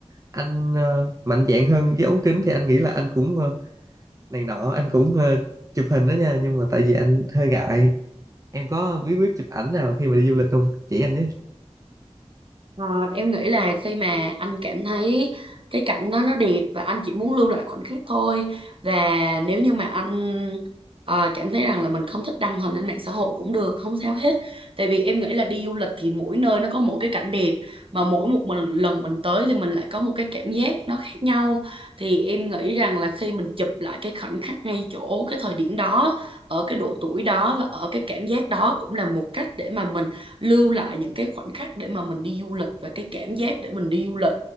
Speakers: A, on the right; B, on the right.
A: anh ờ, mạnh dạn hơn với ống kính thì anh nghĩ là anh cũng ờ, này nọ anh cũng ờ, chụp hình đó nha nhưng mà tại vì anh hơi ngại em có bí quyết chụp ảnh nào khi mà đi du lịch không chỉ anh với
B: Ờ, em nghĩ là khi mà anh cảm thấy cái cảnh đó nó đẹp và anh chỉ muốn lưu lại khoảnh khắc thôi và nếu như mà anh ờ, cảm thấy rằng là mình không thích đăng hình lên mạng xã hội cũng được không sao hết tại vì em nghĩ là đi du lịch thì mỗi nơi nó có một cái cảnh đẹp mà mỗi một mình, lần mình tới thì mình lại có một cái cảm giác nó khác nhau thì em nghĩ rằng là khi mình chụp lại cái khoảnh khắc ngay chỗ cái thời điểm đó ở cái độ tuổi đó và ở cái cảm giác đó cũng là một cách để mà mình lưu lại những cái khoảnh khắc để mà mình đi du lịch và cái cảm giác để mình đi du lịch